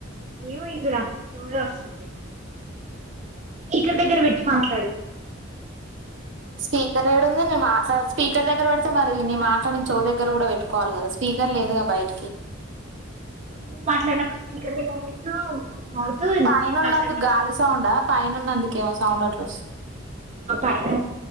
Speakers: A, on the right (about 35°); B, on the right (about 65°).
A: ఏమైదురు అంతే స్లోగా వస్తుంది స్పీకర్ దగ్గర పెట్టి మాట్లాడు
B: స్పీకర్ ఏడుంది నేను మాట్లా స్పీకర్ దగ్గర పెడితే మరి నీ మాట్లాడి చేవు దగ్గర కూడా పెట్టుకోవాలి కదా స్పీకర్ లేదుగాద బయటికి
A: నువ్వు మాట్లాడినప్పుడు స్పీకర్ దగ్గర పెట్టు మౌత్
B: పైనన్నందు
A: నేను మాట్లాడినప్పుడు
B: గాలి సౌడా పైనన్నందు ేమ సౌండ్ అట్లా వస్తుంది
A: ఆైన